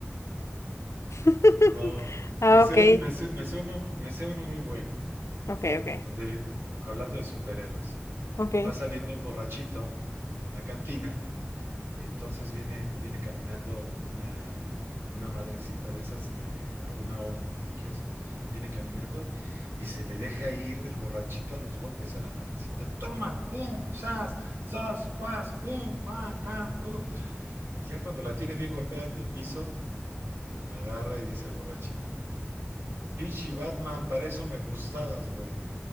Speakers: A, on the left (about 80°); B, on the right (about 60°).
A: <laughs>
B: No,
A: Ah,
B: me sé
A: ok,
B: un, me sé- me sé uno, me sé uno muy bueno,
A: ok, ok,
B: donde, hablando de superhéroes,
A: ok.
B: va saliendo un borrachito de una cantina Y entonces viene, viene caminando una, una madrecita de esas de alguna orden religiosa. Viene caminando y se le deja ir el borrachito a los golpes a la madrecita. Toma, pum, sas, sas, pas, pum, pa, can, tu. Y ya cuando la tiene bien golpeada en el piso, agarra y dice el borrachito. Pinche Batman, para eso me gustabas, güey.